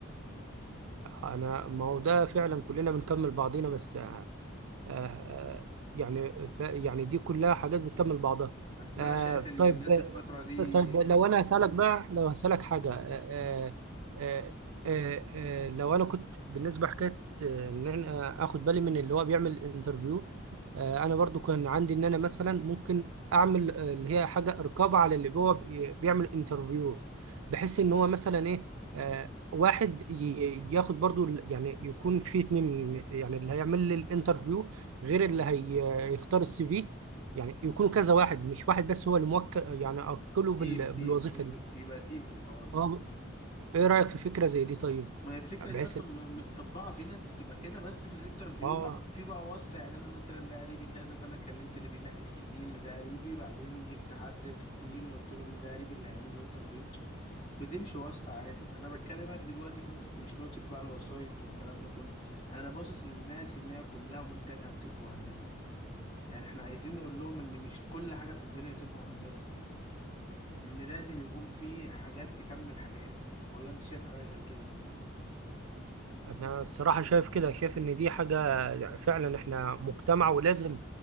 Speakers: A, on the right; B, on the left.
A: أنا ما هو ده فعلا كلنا بنكمل بعضينا بس آه، آه، آه، يعني ف... يعني دي كلها حاجات بتكمل بعضها
B: بس
A: آه،
B: انا شايف ان
A: طيب
B: الناس الفتره دي
A: طيب لو انا هسألك بقى لو هسألك حاجة آه، آه، آه، آه، آه، لو انا كنت بالنسبة حكاية آه، ان انا اخد بالي من اللي هو بيعمل انترفيو انا برضو كان عندي ان انا مثلا ممكن اعمل آه، اللي هي حاجة رقابة على اللي هو بي- بيعمل انترفيو بحيث ان هو مثلا ايه آه، واحد ي- ياخد برضو ال- يعني يكون في اتنين يعني اللي هيعمل لي الانترفيو غير اللي هيختار السي في يعني يكونوا كذا واحد مش واحد بس هو اللي موكل يعني أوكله
B: تيم
A: بال...
B: تيم
A: بالوظيفة
B: كل
A: دي
B: يبقى تيم في الحوار ده
A: اه ايه رأيك في فكرة زي دي طيب
B: ما هي الفكرة
A: بحيث
B: دي أصلا
A: إن-
B: م- متطبقة في ناس بتبقى كده بس في الانترفيو
A: اه
B: بقى في بقى واسطة يعني أنا مثلا ده قريبي كذا فأنا كلمت اللي بينقي السي في إن ده قريبي بعدين جبت حد في التيم وقلت له إن ده قريبي اللي هيعمل له الانترفيو بتمشي واسطة عادي أنا بتكلمك دلوقتي في نقطة مش نقطة بقى الوسايط والكلام ده كله أنا باصص للناس إن هي كلها متجهة لطب وهندسة يعني إحنا عايزين نقول لهم إن مش كل حاجة في الدنيا طب وهندسة إن لازم يكون في حاجات تكمل حاجات ولا أنت شايف حاجة غير كده؟
A: انا الصراحة شايف كده شايف ان دي حاجة فعلا احنا مجتمع ولازم